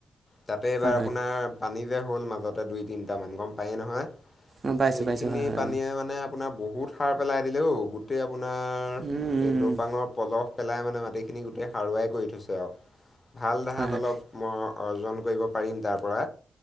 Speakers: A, on the left; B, on the right.
A: তাতে এইবাৰ
B: হয় হয়
A: আপোনাৰ পানী যে হ'ল মাজতে দুই তিনটামান গম পায়েই নহয়?
B: অঁ পাইছোঁ
A: সেইখিনি
B: পাইছোঁ হয় হয়
A: পানীয়ে
B: বাৰু
A: মানে আপোনাৰ বহুত সাৰ পেলাই দিলে ঔ, গোটেই আপোনাৰ
B: উম, উম,
A: এই দৌপাঙৰ
B: উম।
A: পলস পেলাই মানে মাটিখিনি গোটেই সাৰুৱাই কৰি থৈছে আৰু, ভাল ধান
B: হয় হয়
A: অলপ ম অৰ্জন কৰিব পাৰিম তাৰপৰা,